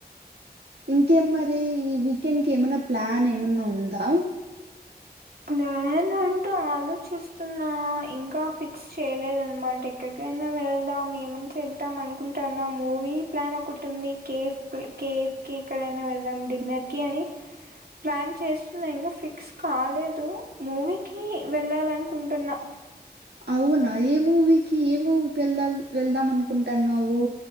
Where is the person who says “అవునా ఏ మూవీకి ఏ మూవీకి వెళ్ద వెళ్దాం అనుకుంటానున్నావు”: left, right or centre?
Right